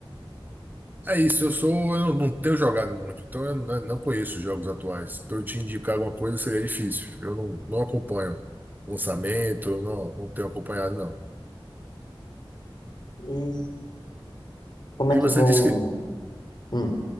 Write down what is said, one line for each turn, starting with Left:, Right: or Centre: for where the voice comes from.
Right: É isso, eu sou, eu não não tenho jogado muito, então eu não não conheço os jogos atuais. Para eu te indicar alguma coisa seria difícil. Eu não, não acompanho lançamento, eu não, não tenho acompanhado, não.
Left: E como
Right: E
Left: é que
Right: você
Left: vão.
Right: disse que
Left: Hum,